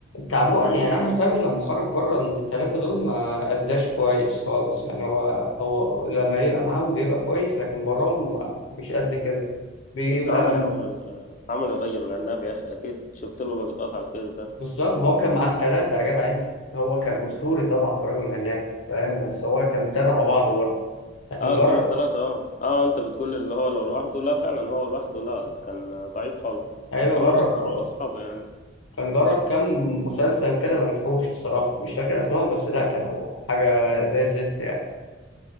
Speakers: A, on the left (about 80°); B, on the left (about 40°).
A: تعبان يعني احمد فهمي لما خرج بره الثلاثه دول ما اداش كويس خالص يعني هو هو لما يبقى معاهم بيبقى كويس لكن براهم مش قد كده بيبقى
B: بس عمل
A: م-
B: عمل ال- عمل الرجل العناب يا اخي اكيد شفت له لقطات على الفيس ده
A: بالظبط ما هو كان مع الثلاثه يا جدع انت هو كان اسطوري طبعا في رجل العناب فاهم بس هو كان ابتدى مع بعض برضه لكن
B: اه
A: جرب
B: كانوا ثلاثة اه اه انت بتقول اللي هو لو لوحده لا فعلا هو لوحده لا كان ضعيف خالص
A: ايوه
B: وكمان
A: جرب
B: اصلا على اصحابه يعني
A: كان جرب كام مسلسل كده ما نجحوش الصراحه مش فاكر اسمائهم بس لا كانوا حاجه زي الزفت يعني